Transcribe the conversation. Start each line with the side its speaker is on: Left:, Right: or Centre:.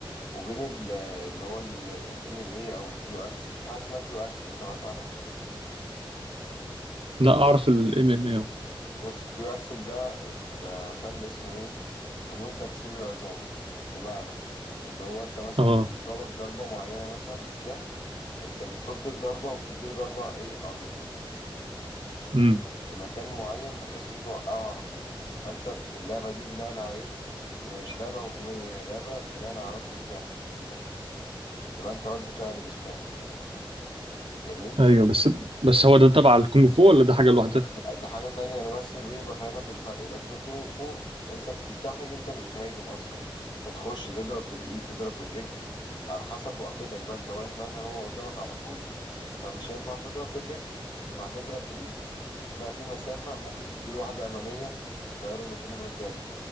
Left: وبين ال- اللي هو الام ام اي او كيو اكسل في حاجه اسمها كيو اكسل سمعت عنها
Right: لا اعرف الام ام اي
Left: بص كيو اكسل ده ده فن اسمه ايه فنون تكسير العظام بمعنى اللي هو انت مثلا
Right: اه
Left: بيضربك ضربه معينه مثلا بسلاح انت بتصد الضربه وبتديله ضربه ايه قاضيه
Right: امم
Left: في مكان معين بحيث ايه توقعه على طول فانت اللعبه دي بناء على ايه اللي مش لعبه هجوميه هي لعبه بناء على رد الفعل يعني بتبقى انت رد فعل مش فعل جميل
Right: ايوه بس بس هو ده تبع الكونغ فو ولا ده حاجة لوحدها
Left: لا دي حاجة تانية أنا بس بيه بفهمك الفرق لكن الكونغ فو أنت بتلتحم أنت اللي بتهاجم أصلا بتخش تضرب بالإيد تضرب بالرجل على حسب وقفتك بقى أنت واقف مثلا هو قدامك على طول فمش هينفع تضرب بالرجل فهتضرب بالإيد لا في مسافة ممكن تديله واحدة أمامية تطيره مترين قدام